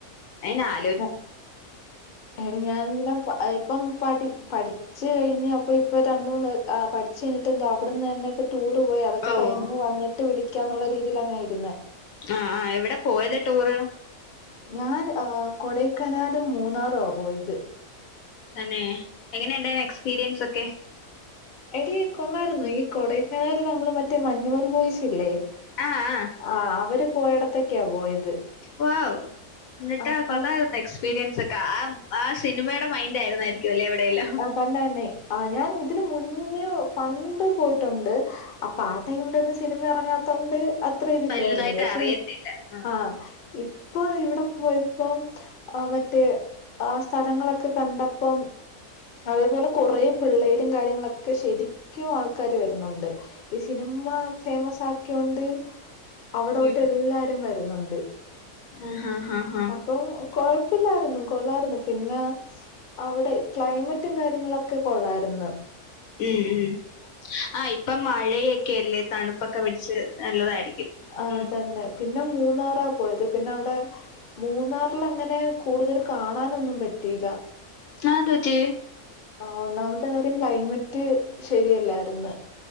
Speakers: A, on the left; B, on the left.
A: അയിന് ആ
B: ട എടി ഞാനെന്തിനാ ക്വാ ഇപ്പം പഠി പഠിച്ച് കഴിഞ്ഞ് അപ്പ ഇപ്പൊ രണ്ട്മൂന്ന് പഠിച്ച് കഴിഞ്ഞിട്ട് എന്തോ അവിടുന്ന് തന്നെ ഇപ് ടൂർ പോയി അതൊക്കെ
A: ഓഹ്
B: കഴിഞ്ഞ് വന്നിട്ട് വിളിക്കാന്നുള്ള രീതിയിലാ ഞാനിരുന്നേ
A: ആ ആ എവിടെ പോയത് ടൂറ്
B: ഞാൻ ആ കൊടൈക്കനാലും മൂന്നാറുവാ പോയത്
A: തന്നെ എങ്ങനെണ്ടാരുന്നു എക്സ്പീരിയൻസൊക്കെ
B: എടി കൊള്ളാരുന്നു ഈ കൊടൈക്കനാല് നമ്മള് മറ്റേ മഞ്ഞുമൽ ബോയിസില്ലെ
A: ആഹ് ആഹ്
B: ആ അവര് പോയടത്തക്കാ പോയത്
A: വൗ ഇന്ന്ട്ടാ
B: അപ്പം
A: കഥാ എക്സ്പീരിയൻസൊക്കെ ആ ആ സിനിമയുടെ മൈന്റായിരുന്നായിരിക്കൊല്ലേ അവിടെയെല്ലാം?
B: തന്നെന്നെ ആ ഞനിതിന് മുന്നെ പണ്ട് പോയ്ട്ടുണ്ട്. അപ്പൊ ആ ടൈമിലൊന്നും സിനിമ എറങ്ങാത്തോണ്ട് അത്ര ഇതില്ലായിരുന്നു
A: വലുതായിട്ട്
B: പക്ഷേ
A: അറിയത്തില്ല
B: ഇപ്ആഹ്
A: ആഹ്
B: ഇപ് ആണ് ഇവിടെ പോയപ്പോം ആ മറ്റേ ആ സ്ഥലങ്ങളൊക്കെ കണ്ടപ്പം അതേപോലെ കൊറെ പിള്ളേരും കാര്യങ്ങളൊക്കെ ശരിക്കും ആൾക്കാാര് വരുന്നുണ്ട്. ഈ സിനിമ ഫേമസാക്കിയോണ്ട് അവിടോട്ട്
A: ഉം
B: എല്ലാരും വരുന്നുണ്ട്.
A: ആഹ് ആഹ ആഹ
B: ഓ ഓ കൊഴപ്പല്ലായിരുന്നു കൊള്ളായിരുന്നു. പിന്നെ അവിടെ ക്ലൈമറ്റും കാര്യങ്ങളൊക്കെ കൊള്ളായിര്ന്ന്
A: ഉം ഉം ആ ഇപ്പം മഴയൊക്കെല്ലേ തണുപ്പൊക്കെ പിടിച്ച് നല്ലതായിരിക്കും.
B: ആഹ്
A: ഉം
B: തന്നെ പിന്നെ മൂന്നാറാ പോയത് പിന്നെ അവിടെ മൂന്നാറിലങ്ങനെ കൂടുതല് കാണാനൊന്നും പറ്റിയില
A: ആ അതെന്തറ്റി?
B: ആ ഒന്നാമത്തെ കാര്യം ക്ലൈമറ്റ് ശരിയല്ലായ്ര്ന്ന്